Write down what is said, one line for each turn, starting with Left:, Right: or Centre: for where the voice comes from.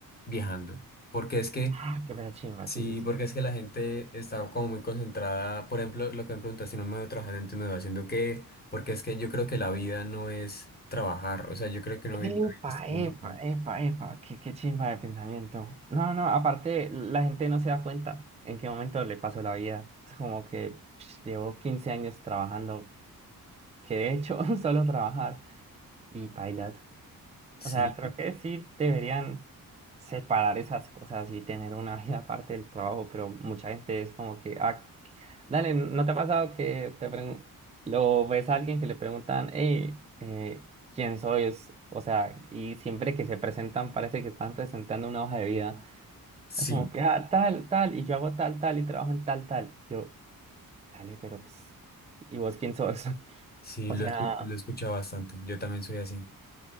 Left: viajando porque es que
Right: Ah, qué mera chimba,
Left: Sí,
Right: sí, sí, sí.
Left: porque es que la gente está como muy concentrada. Por ejemplo, lo que me preguntas, si no me veo trabajando, entonces me veo haciendo qué. Porque es que yo creo que la vida no es trabajar. O sea, yo creo que uno
Right: Epa,
Left: vive en este mundo
Right: epa,
Left: como...
Right: epa, epa,
Left: "Ah,
Right: qué, qué chimba de pensamiento. No, no, aparte, la gente no se da cuenta en qué momento le pasó la vida. Es como que psh, llevo 15 años trabajando, que he hecho <laughs> solo trabajar y bailas.
Left: Sí,
Right: O sea, creo que sí deberían separar esas cosas y tener una <laughs> vida aparte del trabajo, pero mucha gente es como que, ah, dale, ¿no te ha pasado que te pregun- lo ves a alguien que le preguntan, hey, eh, ¿quién sois? O sea, y siempre que se presentan parece que están presentando una hoja de vida.
Left: sí,
Right: Es como que, ah, tal, tal, y yo hago tal, tal, y trabajo en tal, tal. Yo, dale, pero, pues, ¿y vos quién sos? <laughs>
Left: sí,
Right: O
Left: lo,
Right: sea...
Left: escu- lo he escuchado bastante. Yo también soy así.